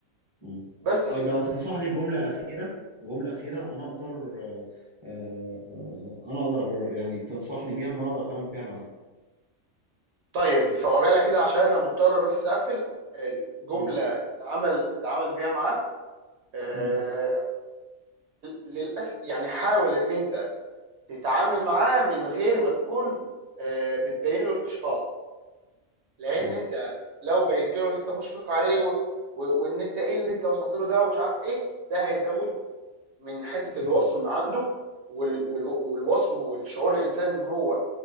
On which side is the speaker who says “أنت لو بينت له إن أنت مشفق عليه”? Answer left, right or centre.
Right